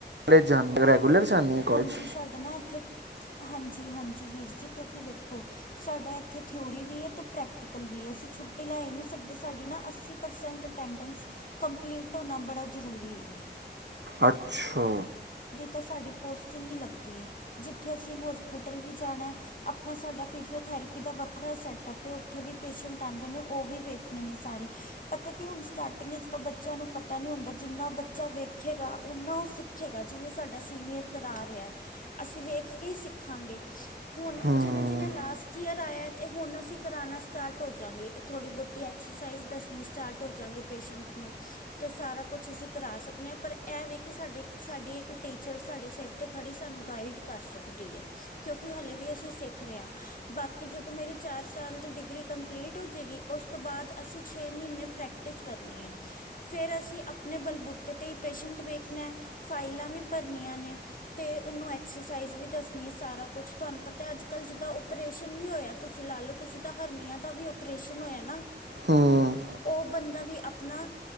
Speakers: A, on the right; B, on the left.
A: ਕਾਲਜ ਜਾਨੀ ਰੈਗੂਲਰ ਜਾਨੀ ਏ ਕਾਲਜ?
B: ਹਾਂਜੀ ਸਾਡਾ ਨਾ ਇੱਥੇ ਹਾਂਜੀ, ਹਾਂਜੀ ਵੀਰ ਜੀ ਕਿਉਂਕਿ ਵੇਖੋ ਸਾਡਾ ਇੱਥੇ ਥਿਊਰੀ ਵੀ ਏ ਅਤੇ ਪ੍ਰੈਕਟੀਕਲ ਵੀ ਏ। ਅਸੀਂ ਛੁੱਟੀ ਲੈ ਹੀ ਨਹੀਂ ਸਕਦੇ। ਸਾਡੀ ਨਾ ਅੱਸੀ ਪਰਸੈਂਟ ਅਟੈਂਡੈਂਸ ਕੰਪਲੀਟ ਹੋਣਾ ਬੜਾ ਜ਼ਰੂਰੀ ਏ।
A: ਅੱਛਾ
B: ਤਾਂ ਸਾਡੀ ਪੋਸਟਿੰਗ ਹੀ ਲੱਗਦੀ ਏ ਜਿੱਥੇ ਅਸੀਂ ਹੋਸਪੀਟਲ ਵੀ ਜਾਣਾ। ਆਪਣਾ ਸਾਡਾ ਫਿਜੀਓਥੈਰੇਪੀ ਦਾ ਵੱਖਰਾ ਸੈਟਅੱਪ ਏ। ਉੱਥੇ ਵੀ ਪੇਸ਼ੈਂਟ ਆਉਂਦੇ ਨੇ, ਉਹ ਵੀ ਵੇਖਦੇ ਨੇ ਸਾਰੇ ਪਤਾ ਕੀ ਹੁਣ ਸਟਾਰਟਿੰਗ ਵਿੱਚ ਤਾਂ ਬੱਚਿਆਂ ਨੂੰ ਪਤਾ ਨਹੀਂ ਹੁੰਦਾ। ਜਿੰਨਾ ਬੱਚਾ ਵੇਖੇ ਗਾ ਸਿੱਖੇਗਾ ਨਾਂ ਉਹ ਸਿੱਖੇਗਾ ਜਿਵੇਂ ਸਾਡਾ ਸੀਨੀਅਰ ਕਰਾ ਰਿਹਾ। ਅਸੀਂ ਵੇਖ ਕੇ ਹੀ ਸਿੱਖਾਂਗੇ ਹੁਣ
A: ਹੂੰ
B: ਜਿਵੇਂ ਜਿਵੇਂ ਲਾਸਟ ਈਅਰ ਆਇਆ ਤੇ ਹੁਣ ਅਸੀਂ ਕਰਾਉਣਾ ਸਟਾਰਟ ਹੋ ਜਾਂਵਾਂਗੇ। ਉਹ ਥੋੜ੍ਹੀ ਬਹੁਤੀ ਐਕਸਰਸਾਈਜ਼ ਦੱਸਣੀ ਸਟਾਰਟ ਹੋ ਜਾਂਗੇ ਪੇਸ਼ੈਂਟ ਨੂੰ ਅਤੇ ਸਾਰਾ ਕੁਛ ਅਸੀਂ ਕਰਾ ਸਕਣੇ ਆ। ਪਰ ਇਹ ਵੀ ਕਿ ਸਾਡੀ, ਸਾਡੀ ਇੱਕ ਟੀਚਰ ਸਾਡੇ ਸਿਰ 'ਤੇ ਖੜ੍ਹੀ ਸਾਨੂੰ ਗਾਈਡ ਕਰ ਸਕਦੀ ਹੈ। ਕਿਉਂਕਿ ਹਾਲੇ ਵੀ ਅਸੀਂ ਸਿੱਖ ਰਹੇ ਹਾਂ ਬਾਕੀ ਜਦੋਂ ਮੇਰੀ ਚਾਰ ਸਾਲ ਦੀ ਡਿਗਰੀ ਕੰਪਲੀਟ ਹੋ ਜੇਗੀ। ਉਸ ਤੋਂ ਬਾਅਦ ਅਸੀਂ ਛੇ ਮਹੀਨੇ ਪ੍ਰੈਕਟਿਸ ਕਰਨੀ ਹੈ। ਫਿਰ ਅਸੀਂ ਆਪਣੇ ਬਲਬੂਤੇ ਪੇਸ਼ੈਂਟ ਵੇਖਣਾ ਫਾਈਲਾਂ ਵੀ ਭਰਨੀਆਂ ਨੇ ਤੇ ਉਹਨੂੰ ਐਕਸਰਸਾਈਜ਼ ਵੀ ਦੱਸਣੀ ਏ। ਸਾਰਾ ਕੁਛ ਤੁਹਾਨੂੰ ਪਤਾ ਅੱਜ ਕੱਲ ਜਿੱਦਾਂ ਓਪਰੇਸ਼ਨ ਵੀ ਹੋਇਆ। ਤੁਸੀਂ ਲਾ ਲਓ ਕਿਸੇ ਦਾ ਹਰਨੀਆਂ ਦਾ ਵੀ ਓਪਰੇਸ਼ਨ ਹੋਇਆ ਨਾ।
A: ਹੂੰ
B: ਉਹ ਬੰਦਾ ਵੀ ਆਪਣਾ